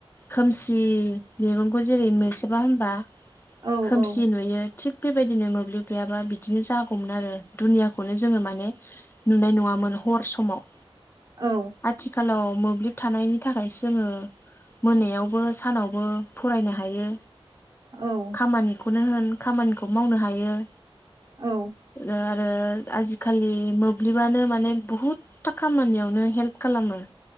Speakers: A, on the left (about 20°); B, on the right (about 45°).
A: खोमसि मेगनखौ जेरै मोसेबा होनबा
B: औ
A: खोमसि
B: औ
A: नुयो थिग बेबायदिनो मोब्लिब गैयाबा बिदिनो जा‌ गौमोन आरो दुनियाखौनो जोङो माने नुनाय नङामोन हर समाव।
B: औ
A: आथिखालाव मोब्लिब थानायनि थाखाय जोङो मोनायावबो सानावबो फरायनो हायो।
B: औ
A: खामानिखौनो होन खामानिखौ मावनो हायो।
B: औ
A: आरो आजिखालि मोब्लिबानो माने बुहुत था खामानियावनो हेल्प खालामो।